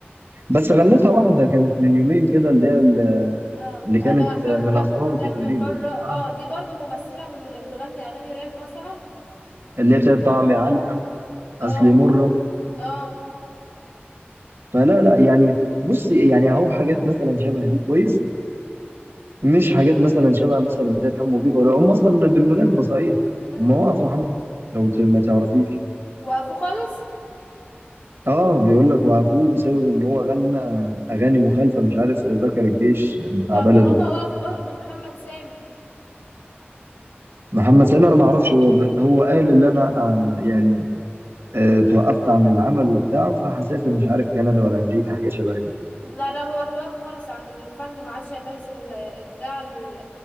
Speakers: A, on the right (about 75°); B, on the left (about 45°).
A: بس غنتها واحده كانت من يومين كده اللي هي ال-
B: اه
A: اللي كانت
B: أنا حرة
A: من اسوان
B: دمي
A: دي تقريبا
B: حرة اه
A: اه
B: دي برضو ممثلة من اللي بتغني أغاني راب مثلا
A: اللي هي بتاعت طعمي علقم
B: اه
A: اصلي مره
B: اه
A: فلا لا يعني بصي يعني اهو حاجات مثلا شبه دي كويس مش حاجات مثلا شبه مثلا بتاعت حمو بيكا ولا هم اصلا بالمناسبه صحيح
B: مم.
A: هم وقفوا حمو بيكا لو ت- ما تعرفيش
B: وقفوا خالص
A: اه بيقول لك وقفوه بسبب ان هو غنى اغاني مخالفه مش عارف ذكر الجيش بتاع
B: طب
A: بلده
B: ما هما وقفوا برضه محمد سامي
A: محمد سامي انا ما اعرفش هو ب... هو قال ان انا آه يعني آه توقفت عن العمل وبتاع فهسافر مش عارف كندا ولا امريكا حاجه شبه كده
B: لا لا هو اتوقف خالص عن الفن ما عادش هيمارس ال- بتاع ال-